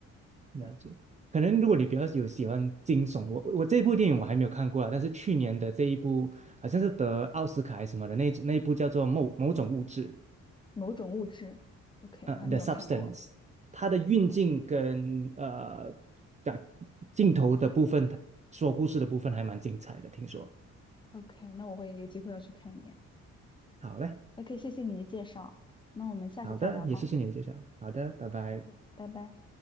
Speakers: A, on the right; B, on the left.
A: 了解。
B: 对。
A: 可能如果你比较有喜欢惊悚，我我这部电影我还没有看过啊，但是去年的这一部好像是得奥斯卡还是什么的那一那一部叫做某某种物质，
B: 某种物质。OK，
A: 呃，The
B: 我还没有看过。
A: Substance，它的运镜跟呃的镜头的部分，
B: o
A: 说故事的部分还蛮精彩的，听说。
B: OK，那我会有机会要去看一眼。
A: 好嘞，
B: o o k 谢谢你的介绍。那我们下次再聊吧。
A: 好的，也谢谢你的介绍。好的，拜拜。
B: OK，拜拜。